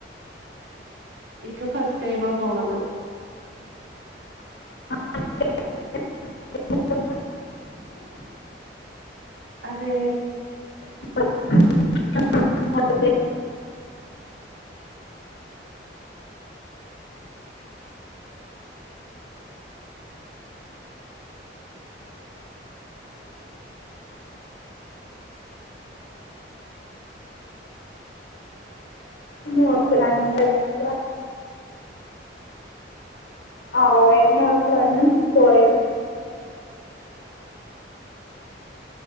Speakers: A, on the right; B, on the left.
A: ഇക്ക ഫസ്റ്റ് ടൈമാ പോണത്
B: <inaudible>
A: അതേ
B: <inaudible> ഇന്ന് ഓൾക്ക് രണ്ട് ദിവസം ആഹ് വേനലായപ്പളാണ് പോയത്